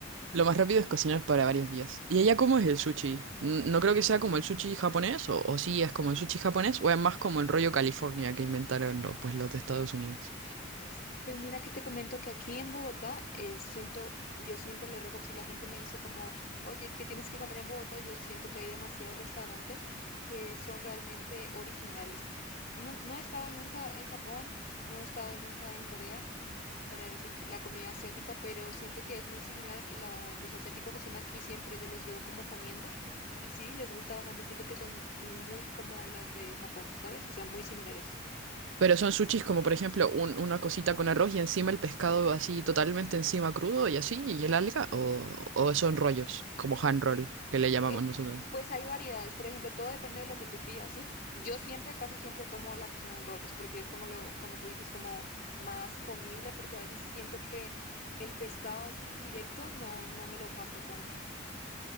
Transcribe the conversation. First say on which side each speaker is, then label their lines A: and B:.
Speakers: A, on the right; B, on the left.
A: Lo más rápido es cocinar para varios días. ¿Y allá cómo es el sushi? N- No creo que sea como el sushi japonés, o, o sí es como el sushi japonés, o es más como el rollo California que inventaron lo- pues, los de Estados Unidos.
B: Pues, pues mira que te comento que aquí en Bogotá eh, siento, yo siempre le ruego, si la gente me dice como, oye, ¿qué tienes que comer en Bogotá? Yo siento que hay demasiados restaurantes que son realmente originales. Nun- no he estado nunca en Japón, no he estado nunca en Corea para decir que la comida asiática, pero siento que es muy similar. la- los asiáticos que están aquí siempre yo los veo como comiendo y sí, les gusta bastante. Siento que son muy como las de Japón, ¿sabes? O sea, muy similares.
A: Pero son sushis como, por ejemplo, un- una cosita con arroz y encima el pescado así totalmente encima crudo y así, y el alga, o, o son rollos, como hand roll, que le llamamos
B: eh,
A: nosotros.
B: pues hay variedades, por ejemplo, todo depende de lo que tú pidas, ¿sí? Yo siempre, casi siempre como la que son en rollos, porque es como lo, como tú dices, como más comible, porque a veces siento que el pescado así directo no, no me lo paso tanto.